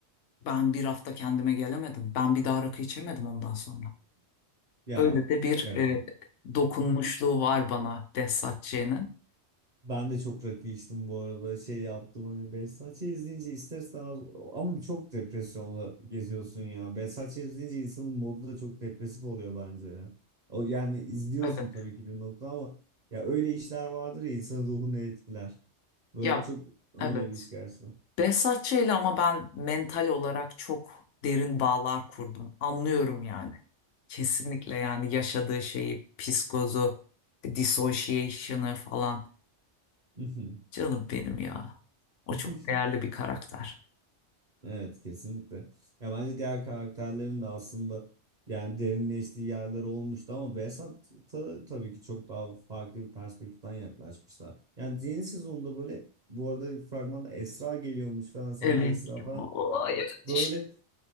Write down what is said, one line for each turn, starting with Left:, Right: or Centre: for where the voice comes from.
Left: ben bir hafta kendime gelemedim. Ben bir daha rakı içemedim ondan sonra.
Right: Ya
Left: Öyle de bir
Right: evet.
Left: e, dokunmuşluğu
Right: <laughs>
Left: var bana Behzatçı'nın.
Right: Ben de çok rakı içtim bu arada. Şey yaptım hani Behzat Ç. izleyince ister istemez ama çok depresyonla geziyorsun ya. Behzat Ç. izleyince insanın modu da çok depresif oluyor bence ya. O yani izliyorsun
Left: Evet.
Right: tabii ki bir nokta ama ya öyle işler vardır ya insanın ruhunu etkiler. Böyle
Left: Ya
Right: çok öyle
Left: evet.
Right: bir iş gerçekten.
Left: Behzatçı'yla ama ben mental olarak çok derin bağlar kurdum. Anlıyorum yani. Kesinlikle yani yaşadığı şeyi, psikozu, dissociation'ı falan.
Right: Hmm.
Left: Canım benim ya. O
Right: <laughs>
Left: çok değerli bir karakter.
Right: Evet kesinlikle. Ya bence diğer karakterlerin de aslında yani derinleştiği yerler olmuştu ama Behzat'a tabii ki çok daha farklı bir perspektiften yaklaşmışlar. Yani yeni sezonda böyle bu arada fragmanda Esra geliyormuş falan sadece
Left: Evet.
Right: Esra falan.
Left: Aa, evet
Right: Böyle
Left: işte.